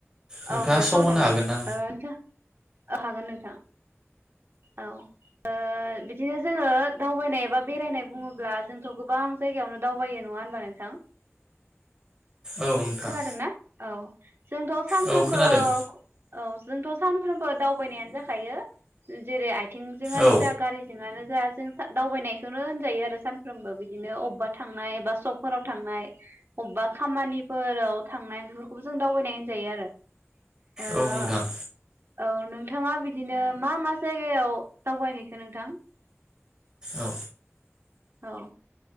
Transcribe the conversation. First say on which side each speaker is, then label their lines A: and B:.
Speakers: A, on the right (about 15°); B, on the right (about 55°).
A: नोंथाङा
B: औ नों
A: सम
B: सावराय
A: होनो
B: जागोन
A: हागोन ना?
B: नोंथां औ हागोन नोंथां। औ। ओ बिदिनो जोङो दावबायनाय एबा बेरायनाय बुङोब्ला जोंथ' गोबां जायगायावनो दावबायो नङा होनबा नोंथां?
A: औ नोंथां।
B: खोनादोंना औ। जोंथ' सानफ्रोमबो
A: औ खोनादों
B: औ जोंथ' सानफ्रोमबो दावबायनायानो जाखायो जेरै आय थिंजोंआनो
A: औ
B: जा गारिजोंआनो जा जों दावबायनायखौनो होनजायो आरो सानफ्रोमबो बिदिनो अबेबा थांनाय एबा सकफोराव थांनाय अबेबा खामानिफोराव थांनाय बे खौबो जों दावबायनाय होनजायो आरो। ओ
A: औ नोंथां।
B: औ नोंथाङा बिदिनो मा मा जायगायाव दावबायहैखो नोंथां?
A: औ
B: औ।